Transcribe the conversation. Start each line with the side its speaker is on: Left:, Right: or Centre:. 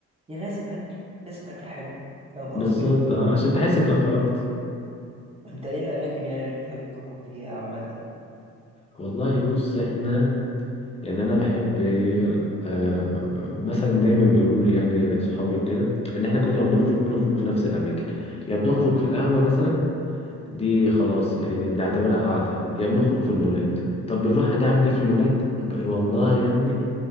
Right: لازم اكل لازم اكل حلو فاهم
Left: بالظبط
Right: قصدي
Left: اه عشان تحس انك خرجت
Right: انت ايه الاماكن يعني اللي بتحب تخرج فيها عامه
Left: والله بص احنا يعني انا بحب ايه آه مثلا دايما بيقولوا لي يعني صحابي وكده ان احنا كل ما بنخرج بنخرج في نفس الاماكن يا بنخرج في القهوه مثلا دي خلاص يعني بنعتبرها قعده يا بنخرج في المولات طب بنروح ده اعمل ايه في المولات ب- والله يا ابني